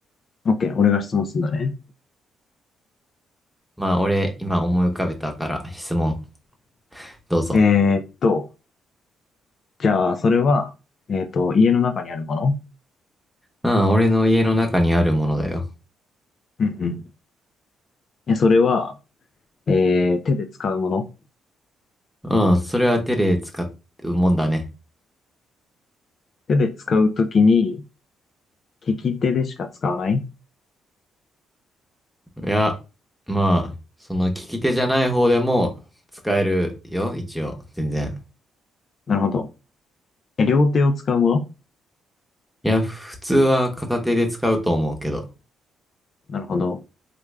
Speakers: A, on the left (about 50°); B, in the centre.
A: OK。俺が質問するんだね。
B: まあ俺今思い浮かべたから質問どうぞ。
A: えーっと、じゃあ、それは、えーっと、家の中にあるもの
B: うん、俺の家の中にあるものだよ。
A: うんうん。え、それは、えー、手で使うもの
B: うん、それは手で使うもんだね。
A: 手で使うときに、利き手でしか使わない
B: いや、まあ、その利き手じゃない方でも使えるよ、一応、全然。
A: なるほど。え、両手を使うもの
B: いや、普通は片手で使うと思うけど。
A: なるほど。